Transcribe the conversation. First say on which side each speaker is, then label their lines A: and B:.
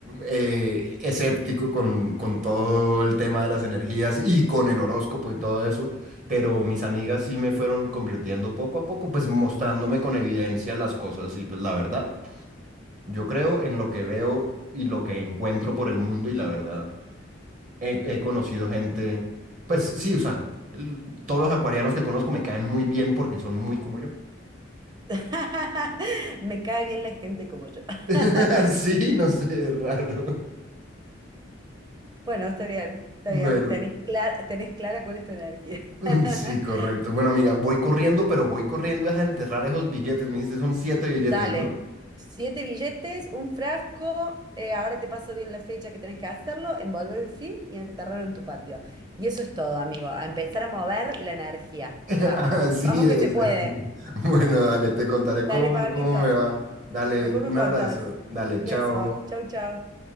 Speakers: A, on the right; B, on the right.
A: eh, escéptico con, con todo el tema de las energías y con el horóscopo y todo eso, pero mis amigas sí me fueron convirtiendo poco a poco, pues mostrándome con evidencia las cosas y pues la verdad, yo creo en lo que veo y lo que encuentro por el mundo y la verdad. He, he conocido gente, pues sí, o sea, el- todos los acuarianos que conozco me caen muy bien porque son muy como yo.
B: <laughs> Me cae bien la gente como yo. <laughs>
A: <laughs> Sí, no sé, <laughs> es raro.
B: Bueno, está bien, está
A: Bueno,
B: bien. Tenés clara, tenés clara cuál es tu energía.
A: mm,
B: <laughs>
A: sí, correcto. Bueno, amiga, voy corriendo, pero voy corriendo es a enterrar esos billetes. Me dijiste, son siete billetes,
B: Dale.
A: ¿no?
B: Siete billetes, un frasco. eh, ahora te paso bien la fecha que tenés que hacerlo, envolver el film y enterrarlo en tu patio. Y eso es todo, amigo. A empezar a mover la energía.
A: <laughs>
B: Vamos,
A: Así
B: vamos que
A: es,
B: se puede.
A: amiga. <laughs> Bueno, dale, te contaré
B: Dale,
A: cómo,
B: Pablito.
A: cómo me va. Dale,
B: Después
A: un
B: me contás.
A: abrazo. Dale,
B: Un
A: chao.
B: beso. Chau, chau.